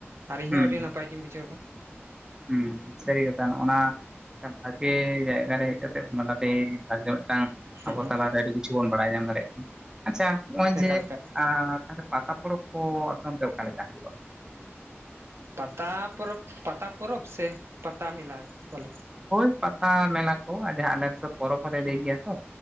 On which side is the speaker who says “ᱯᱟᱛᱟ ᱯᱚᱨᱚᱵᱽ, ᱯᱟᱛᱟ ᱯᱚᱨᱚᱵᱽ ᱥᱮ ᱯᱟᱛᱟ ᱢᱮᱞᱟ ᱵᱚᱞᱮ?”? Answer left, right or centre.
Right